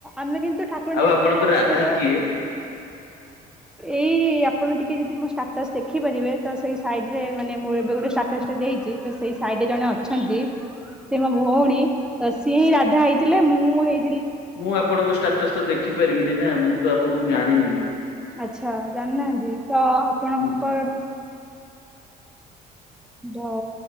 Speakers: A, in the centre; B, on the left.
A: ଆମେ କିନ୍ତୁ ତ ଠାକୁରାଣୀ
B: ଆଉ
A: ଯାତ୍ରାରେ
B: ଆପଣଙ୍କ
A: ରାତିରେ
B: ରାଧା କିଏ? <unintelligible>
A: ଏଇ ଆପଣ ଟିକେ ଯଦି ମୋ ଷ୍ଟାଟସ ଦେଖିପାରିବେ। ତ ସେଇ ସାଇଡ ରେ ମାନେ ମୁଁ ଏବେ ଗୋଟେ ଷ୍ଟାଟସ୍ ଟେ ଦେଇଛି। ତ ସେଇ ସାଇଡିରେ ଜଣେ ଅଛନ୍ତି। ସେ ମୋ ଭଉଣୀ ତ ସିଏ ହିଁ ରାଧା ହେଇଥିଲେ। ମୁଁ ହେଇ
B: ମୁଁ ଆପଣଙ୍କ ଷ୍ଟାଟସ୍ ତ ଦେଖିପାରିବିନି ନା ମୁଁ ତ ଆପଣଙ୍କୁ ଜାଣିନି।
A: ଆଛା ଜାଣିନାହାନ୍ତି ତ ଆପଣଙ୍କର
B: ହଁ
A: ଓ